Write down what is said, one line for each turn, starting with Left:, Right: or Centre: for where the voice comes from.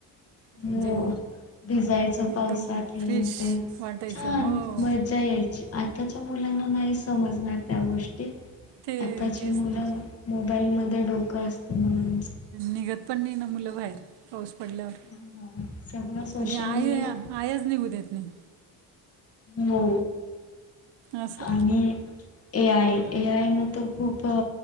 Left: <inaudible>
Right: म्हणजे
Left: भिजायच पावसात
Right: एकदम
Left: हे
Right: फ्रेश
Left: ते
Right: वाटायचं
Left: छान
Right: हो
Left: मजा यायची, आताच मुलांना नाही समजणार त्या गोष्टी.
Right: ते
Left: आताची
Right: तेच
Left: मुलं,
Right: ना
Left: मोबाईल मध्ये डोकं असतं मुलांच.
Right: निघत पण नाही ना मुलं बाहेर. पाऊस पडल्यावर,
Left: हा, सगळं सोशल
Right: आणि आईया
Left: मीडिया
Right: आयाच निघू देत नाही.
Left: हो,
Right: असं
Left: आणि ए आय, ए आय न तर खूप